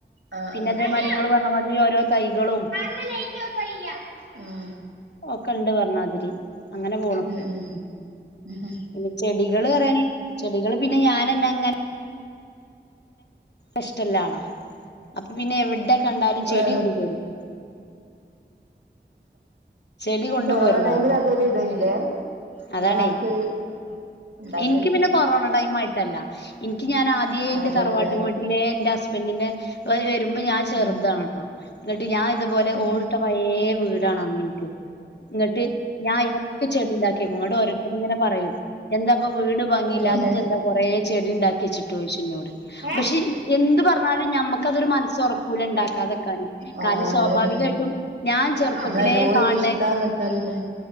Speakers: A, on the right (about 80°); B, on the left (about 65°).
A: ആ ആ
B: പിന്നെ അതേമാരി
A: സനു
B: ഇങ്ങള് പറഞ്ഞ മാതിരി ഓരോ തൈകളും
A: ല്ല ലൈറ്റോഫായില്യ ആഹ്
B: ഓക്കണ്ട് പർണാതിരി അങ്ങനെ പോണ്
A: ഉം ഉം ഉം
B: പിന്നെ ചെടികള് <unintelligible> ചെടികള്പിന്നെ ഞാനന്നങ്ങനെ ഇഷ്ട്ടല്ലാളാ അപ്പൊ പിന്നെ എവിടെ കണ്ടാലും ചെടി
A: ഏ
B: കൊണ്ട്പൊരും ചെടി കൊണ്ടുപോരുന്ന
A: ഈ കൊറോണ ടൈമിലതൊര്
B: ആള്
A: ഇത് തന്നിലേ
B: അതാണേ
A: എല്ലാർക്കൊര് ഒണ്ടാക്കല്
B: എനിക്ക് പിന്നെ കൊറോണ ടൈം ആയിട്ടല്ല എൻക്യ ഞാനാദ്യേ എന്റെ
A: ആദ്യം
B: തറവാട്ട്
A: ഉണ്ടല്ലേ
B: വീട്ടിലെ ഇന്റെ ഹസ്ബെന്റിന്റെ <unintelligible> വെരുമ്പോ ഞാൻ ചെറുതാണ്‌ട്ടോ
A: ഉം
B: ഇങ്ങട്ട് ഞാ ഇതുപോലെ
A: ഉം
B: ഓടിട്ട
A: ഉം
B: പയേ വീടാണ് അന്നെനിക്ക് ഇങ്ങട്ട് ഞാ അയിന് ക്കെ ചെടിണ്ടാക്ക്യെക്കും ഇങ്ങട്ട് ഓരോര്ത്തര് ഇങ്ങനെ പറയും എന്താപ്പൊ വീട് ഭംഗില്ലാതെ
A: ഏ
B: ഇജെന്താ കൊറേ ചെടിണ്ടാക്ക്യെച്ചിട്ടോയ്ച്ചു എന്നോട്
A: ആ
B: പക്ഷെ എന്ത് പറഞ്ഞാലും ഞമ്മക്കതൊരു മനസ്സൊറക്കൂല ഇണ്ടാക്കാതെക്കാന്
A: ആ
B: കാരണം സ്വാഭാവികായിട്ടും
A: അതന്നെ
B: ഞാൻ ചെറുപ്പത്തിലേ
A: നമ്മള് അതിനോട്
B: കാണേ
A: ഒരു ഇഷ്ടാന്ന് വെച്ചാ പിന്നെ